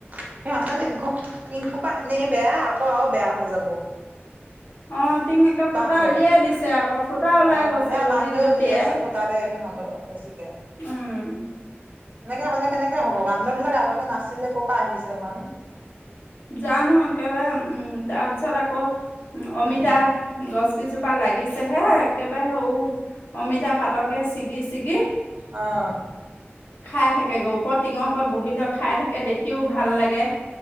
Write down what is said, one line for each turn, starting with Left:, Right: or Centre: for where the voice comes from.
Right: <unintelligible> টিংসোপা এনেই বেয়া আকৌ আও বেয়া হৈ যাব।
Left: অ' টিন একে ফুটা
Right: বান্দৰে
Left: উলিয়াই দিছে আকৌ ফুটা ওলাই
Right: অ',
Left: গৈছে
Right: সেয়া
Left: গজিত
Right: বান্দৰে
Left: জঁপিয়াই।
Right: উলিয়াইছে ফুটা দে সিহঁত বেছিকে।
Left: উম
Right: এনেকে হ'লে কেনেকে হ'ব বান্দৰবিলাক আগতে নাছিলে ক'ৰ আহিছে ইমান
Left: জানোঁ! একেবাৰে, উম! তাৰপিছত আকৌ, অমিতা।
Right: উম,
Left: গছ কিজোপা লাগিছেহে এককেবায়ে হৌ অমিতা পাতকে ছিগি ছিগি
Right: অ',
Left: খাই থাকেগে, ওপৰত টিঙৰ ওপৰত বহি লৈ খাই থাকে দেখিও ভাল লাগে।